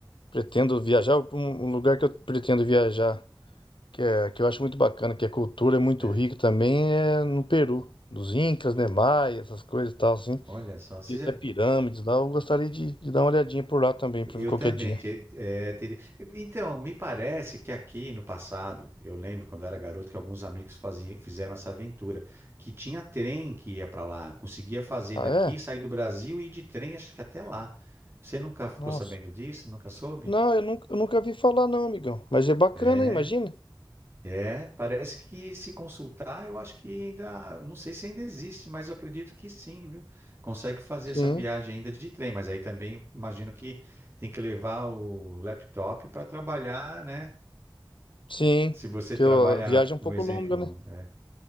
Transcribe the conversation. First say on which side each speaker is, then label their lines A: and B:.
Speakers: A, on the left (about 80°); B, on the right (about 30°).
A: pretendo viajar. Um, um lugar que eu pretendo viajar, que é que eu acho muito bacana, que a cultura é muito
B: É.
A: rica também, é no Peru, dos Incas, né? Maia, essas coisas e tal, assim.
B: Olha só, você já...
A: Até pirâmides lá, eu gostaria de, de dar uma olhadinha por lá também, pra
B: eu
A: ver qualquer
B: também.
A: dia.
B: te- é, teria... Então, me parece que aqui no passado, eu lembro quando eu era garoto que alguns amigos faziam, fizeram essa aventura, que tinha trem que ia para lá, conseguia fazer
A: Ah,
B: daqui,
A: é?
B: sair do Brasil e ir de trem, acho que até lá. Você nunca ficou
A: Nossa.
B: sabendo disso? Nunca soube?
A: Não, eu nunca, eu nunca vi falar não, amigão. Mas é bacana,
B: É.
A: imagina.
B: É, parece que se consultar, eu acho que ainda, não sei se ainda existe, mas eu acredito que sim, viu? Consegue fazer
A: Sim,
B: essa viagem ainda de trem, mas aí também imagino que tem que levar o laptop para trabalhar, né?
A: sim.
B: Se você
A: Porque
B: trabalha,
A: ó, a viagem é um
B: um
A: pouco
B: exemplo,
A: longa, né?
B: né?